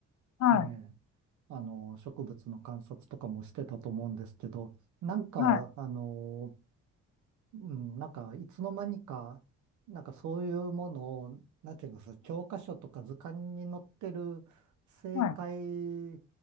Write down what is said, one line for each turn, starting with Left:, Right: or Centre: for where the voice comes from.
Left: はい
Right: ええ、あの、植物の観察とかもしてたと思うんですけど、なんか、
Left: はい
Right: あの、うん、なんか、いつの間にか、なんかそういうものを、なんていうんですか、教科書とか図鑑に載ってる正解
Left: はいはい